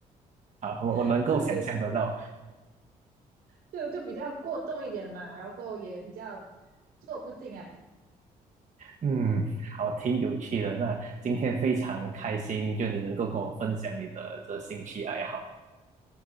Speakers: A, on the right; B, on the right.
A: 好，我我能够想象得到，
B: <laughs> 对，就就比较过动一点嘛，然后也比较坐不静啊。
A: 嗯，好，挺有趣的。那今天非常开心，就你能够跟我分享你的这兴趣爱好。